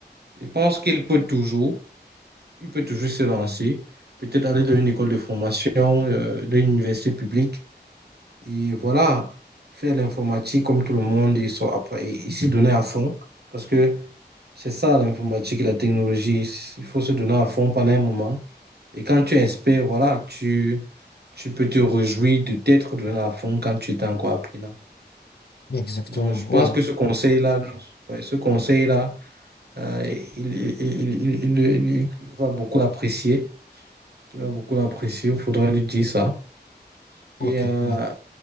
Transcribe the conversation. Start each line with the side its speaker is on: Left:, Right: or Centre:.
Right: je pense qu'il peut toujours, il peut toujours se lancer, peut-être aller dans une école de formation, euh, dans une université publique Et voilà, faire l'informatique comme tout le monde, ils sont après, ils ils s'y donner à fond. Parce que c'est ça l'informatique, et la technologie. Il faut se donner à fond pendant un moment. Et quand tu es expert, voilà, tu, tu peux te réjouir de t'être donné à fond quand tu étais encore apprenant.
Left: exactement.
Right: Donc, je pense
Left: Ouais,
Right: que ce conseil-là, ouais, ce conseil-là, euh, il, il, il, il- il- il va beaucoup l'apprécier. Il va beaucoup l'apprécier. Il faudra lui dire ça.
Left: ok,
Right: Et euh,
Left: ouais.